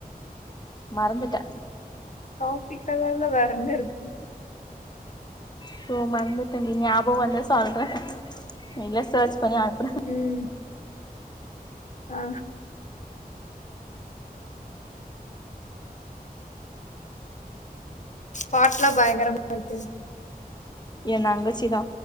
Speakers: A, on the left; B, on the left.
A: மறந்துட்டே
B: காபி கலர்ல வேற என்ன இருக்கு
A: சோ மறந்துட்டேன்டி ஞாபக வந்தா சொல்றே இல்ல சர்ச் பண்ணி அனுப்புறே
B: ம் ஆ பாட்டுலா பயங்கரமா இருக்கு
A: என் தங்கச்சிதா